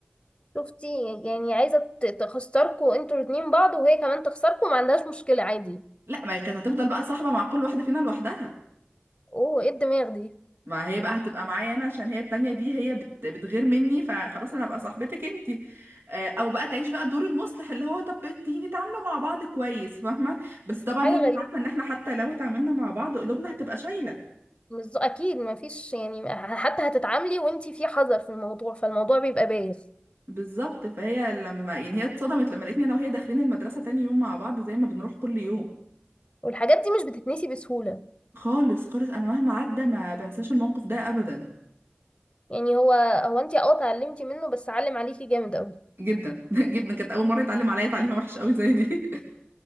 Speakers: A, on the left (about 25°); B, on the right (about 75°).
A: شفتي يعني عايزة ت- تخسركوا انتوا الاتنين بعض وهي كمان تخسركوا ما عندهاش مشكلة عادي
B: لا ما هي كانت هتفضل بقى صاحبه مع كل واحده فينا لوحدها
A: اوه ايه الدماغ دي
B: ما هي بقى هتبقى معايا انا عشان هي التانية دي هي بت... بتغير مني فخلاص انا ابقى صاحبتك انتي آه، او بقى تعيش بقى دور المصلح اللي هو طب تيجي نتعاملوا مع بعض كويس فاهمة بس طبعا
A: حاجة
B: هي كانت
A: غريبة
B: عارفة ان احنا حتى لو اتعاملنا مع بعض قلوبنا هتبقى شايلة
A: مش ذو- اكيد ما فيش يعني حتى هتتعاملي وانتي في حذر في الموضوع فالموضوع بيبقى بايخ
B: بالظبط فهي لما يعني هي اتصدمت لما لقيتني انا وهي داخلين المدرسة تاني يوم مع بعض زي ما بنروح كل يوم
A: والحاجات دي مش بتتنسي بسهولة
B: خالص خالص انا مهما عدى ما بنساش الموقف ده ابدا
A: يعني هو هو انت اه اتعلمتي منه بس علم عليكي جامد قوي
B: جدا <laughs> جدا كانت اول مرة يتعلم عليا تعليمة وحشة قوي زي دي